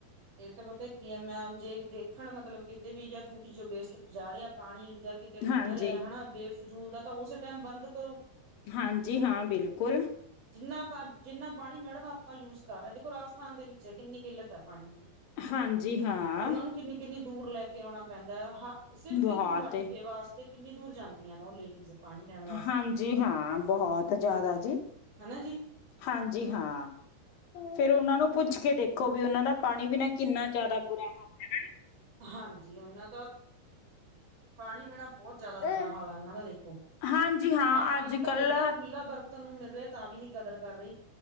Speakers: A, on the right; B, on the left.
A: ਏ ਤਾਂ ਪਤਾ ਕੀ ਐ ਮੈਮ ਜੇ ਦੇਖਨ ਮਤਲਬ ਕਿਤੇ ਵੀ ਜਾਂ ਟੂਟੀ ਚੋਂ ਵੇਸਟ ਜਾ ਰਿਆ ਪਾਨੀ ਜਾਂ ਕਿਤੇ ਡੁੱਲ
B: ਹਾਂਜੀ
A: ਰੇਆ ਹਨਾ ਬੇਫਜ਼ੂਲ ਦਾ ਤਾਂ ਓਸੇ ਟੈਮ ਬੰਦ ਕਰੋ।
B: ਹਾਂਜੀ ਹਾਂ ਬਿਲਕੁਲ
A: ਜਿੰਨਾ-ਜਿੰਨਾ ਪਾਨੀ ਮੈਡਮ ਆਪਾਂ ਯੂਜ ਕਰ ਰਏ ਆਂ ਦੇਖੋ ਰਾਜਸਥਾਨ ਦੇ ਵਿੱਚ ਕਿੰਨੀ ਕਿੱਲਤ ਐ ਪਾਨੀ ਦੀ
B: ਹਾਂਜੀ ਹਾਂ।
A: ਉਹਨਾਂ ਨੂੰ ਕਿੰਨੀ, ਕਿੰਨੀ ਦੂਰ ਲੈ ਕੇ ਆਉਣਾ ਪੈਂਦਾ ਐ ਹਾਂ ਸਿਰਫ
B: ਬਹੁਤ
A: ਇੱਕ ਮਟਕੇ ਵਾਸਤੇ ਕਿੰਨੀ ਦੂਰ ਜਾਂਦੀਆਂ ਨਾ ਓ ਲੇਡੀਜ਼ ਪਾਣੀ ਲੈਣ ਵਾਸਤੇ
B: ਹਾਂਜੀ ਹਾਂ। ਬੋਹਤ ਜ਼ਿਆਦਾ ਜੀ
A: ਹਨਾ ਜੀ
B: ਹਾਂਜੀ ਹਾ। ਫੇਰ ਓਨਾ ਨੂੰ ਪੁੱਛ ਕੇ ਦੇਖੋ ਵੀ ਓਨਾਂ ਦਾ ਪਾਣੀ ਬਿਨਾਂ ਕਿੰਨਾ ਜ਼ਿਆਦਾ ਬੁਰਾ ਹਾਲ ਹੈ
A: ਹਾਂਜੀ ਓਨਾਂ ਦਾ ਪਾਣੀ ਬਿਨਾਂ ਬੋ ਜ਼ਿਆਦਾ ਬੁਰਾ
B: ਹਨਾ
A: ਹਾਲ ਆ ਓਨਾਂ ਦਾ ਦੇਖੋ
B: ਹਾਂਜੀ ਹਾਂ
A: ਆਪਾਂ
B: ਅੱਜ
A: ਨੂੰ ਤਾਂ
B: ਕੱਲ
A: ਵਧੀਆ ਖੁੱਲਾ ਵਰਤ ਤੁਨੂੰ ਮਿਲ ਰਿਆ ਤਾਂ ਵੀ ਨੀ ਕਦਰ ਕਰ ਰਏ